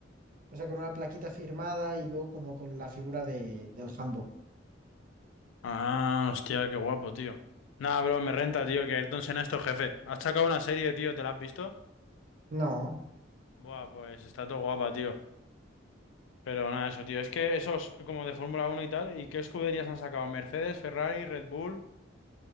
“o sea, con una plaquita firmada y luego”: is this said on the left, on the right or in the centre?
Right